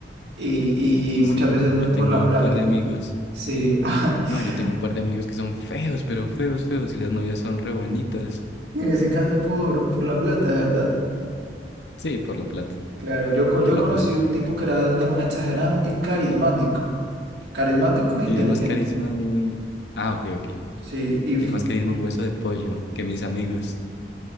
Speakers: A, on the right; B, on the left.
A: y,
B: Y
A: y muchas
B: sí,
A: veces no
B: yo
A: es
B: tengo
A: por la plata.
B: un par de amigos.
A: Sí, <laughs>
B: No, yo tengo un par de amigos que son feos, pero feos, feos, y las novias son re bonitas.
A: en ese caso es por, por la plata, ¿verdad?
B: Sí, por la plata,
A: Claro, yo, co-
B: por
A: yo
B: la
A: conocí
B: plata,
A: un tipo
B: porque
A: que era dema- exageradamente carismático Carismático e
B: tiene
A: inteligente.
B: más carisma un... Ah, ok, ok.
A: Sí, y... f-
B: Tiene más carisma un hueso de pollo que mis amigos.